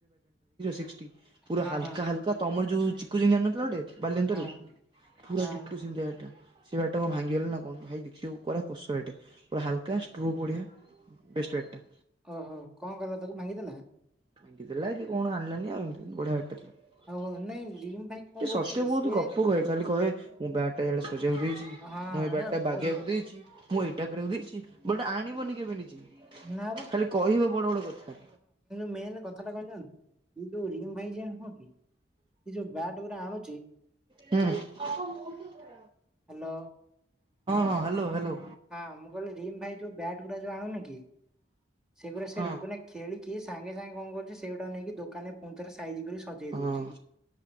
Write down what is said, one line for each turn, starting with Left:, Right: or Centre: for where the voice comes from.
Right: <unintelligible> ପୁରା
Centre: ହଁ
Right: ହାଲକା
Centre: ହଁ
Right: ହାଲକା ତମର ଯୋଉ ଚିକୁ ଯାଇକି ଆଣି ନଥିଲା ଗୋଟେ ବାଲିଏନ୍ତା
Centre: ହଁ
Right: ରୁ ପୁରା
Centre: ହଁ
Right: ଡିଟୁ ସେବାଗା ଏଟା। ସେ ବାଡ଼ି ଟା କଣ ଭାଙ୍ଗିଲା ନା କଣ ଭାଇ ଦେଖୁ ପୁରା କୁଶଳଟେ ଏ ପୁରା ହାଲକା ଷ୍ଟ୍ରୁ ବଡ଼ିଆ। ବେଷ୍ଟ ବାଡ଼ି ଟା।
Centre: ଓହୋ କଣ କଲା ତାକୁ ଭାଙ୍ଗିଦେଲା।
Right: ଭାଙ୍ଗିଦେଲା କି କଣ ଆଣିଲାନି ଆଉ ଏମିତି ବଢିଆ ବାଡିଟେ। ଏ
Centre: ଓହୋ ନାଇଁ ରିମ୍ ଭାଇ କଣ
Right: ସତ୍ୟ
Centre: କରୁଛି କି
Right: ବହୁତ
Centre: ସିଏ
Right: ଗପ କହେ ଖାଲି କହେ ମୁଁ ବ୍ୟାଟ ଟାଆଡେ ସଜେଇବାକୁ ଦେଇଛି
Centre: ହଁ
Right: ମୁଁ ଏଇ ବ୍ୟାଟ
Centre: ହେ
Right: ଟା
Centre: ବହୁତ
Right: ବାଗେଇବାକୁ
Centre: କ
Right: ଦେଇଛି। ମୁଁ ଏଇଟା କରିବାକୁ ଦେଇଛି ବଟ୍ ଆଣିବନି କେବେ ନିଜେ।
Centre: ନା ବା
Right: ଖାଲି କହିବ ବଡ ବଡ କଥା।
Centre: ମେନ କଥା ଟା କଣ ଜାଣିଲୁ ଯୋଉ ରିମ ଭାଇ ନୁହଁ କି ଯୋଉ ବ୍ୟାଟ ଉରା ଆଣୁଛି
Right: ହୁଁ ହୁଁ ହଁ
Centre: ହାଲୋ
Right: ହଁ ହାଲୋ ହାଲୋ।
Centre: ହଁ ମୁଁ କହିଲି ରିମ୍ ଭାଇ ଯୋଉ ବ୍ୟାଟ୍ ଗୁଡାଯୋଉ ଆଣୁନି କି? ସେଗୁରାକ ସେ
Right: ହଁ
Centre: ଙ୍କୁ ଖେଳିକି ସାଙ୍ଗେ ସାଙ୍ଗେ କଣ କରୁଛି ସେଇଗୁଡାକ ନେଇକି ଦୋକାନରେ ପୁଣି ଥରେ ସାଇଜି କରିକି ସଜେଇ ଦଉଛି।
Right: ହଁ।